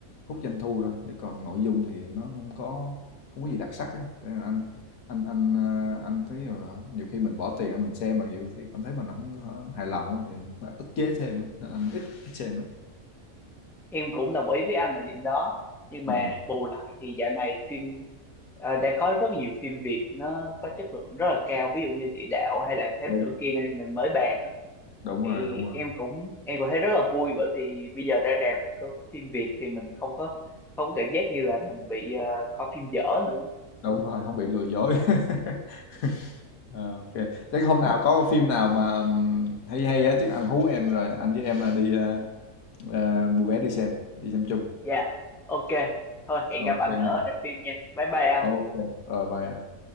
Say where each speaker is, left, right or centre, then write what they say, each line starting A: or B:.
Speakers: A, on the left; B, in the centre.
A: hút doanh thu thôi chứ còn nội dung thì nó không có không có gì đặc sắc á Thế là anh anh anh ờ, anh thấy là nhiều khi mình bỏ tiền mình xem mà nhiều thấy cảm thấy mình không có hài lòng á thì nó ức chế thêm á. nên anh ít ít xem lắm
B: em cũng đồng ý với anh ở điểm đó nhưng mà
A: Ừ,
B: bù lại thì dạo này phim ờ, đang có rất nhiều phim Việt nó có chất lượng rất là cao ví dụ như Địa Đạo hay là Thám
A: đúng
B: Tử Kiên anh em mình mới bàn á
A: đúng
B: thì
A: rồi đúng rồi
B: em cũng em cũng thấy rất là vui bởi vì bây giờ ra rạp có phim Việt thì mình không có không có cảm giác như là mình bị ờ, coi phim dở nữa
A: đúng rồi không bị lừa dối <laughs> Ờ, ok chắc hôm nào có phim nào mà ừm, hay hay á chắc anh hú em rồi anh với em đi ờ, ờ, mua vé đi xem đi xem chung
B: dạ ok thôi hẹn
A: ok
B: gặp anh ở
A: ha
B: rạp phim nha bye bye anh
A: ok rồi bye